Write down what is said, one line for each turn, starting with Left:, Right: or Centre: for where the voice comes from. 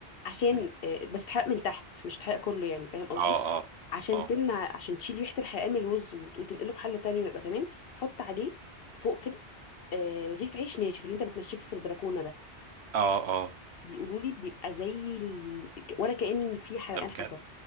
Left: عشان
Right: م.
Left: آه، بس اتحرق من تحت مش اتحرق كله يعني فاهم قصدي
Right: اه اه
Left: عشان
Right: اه
Left: تمنع عشان تشيل ريحة الحرقان من الرز وت- وتنقله في حلة تانية ويبقى تمام حط عليه فوق كده آه، رغيف عيش ناشف اللي انت بتنشفه في البلكونة ده
Right: اه اه
Left: بيقولوا لي بيبقى زي ال... ولا كأن في حرقان
Right: ده بجد
Left: حصل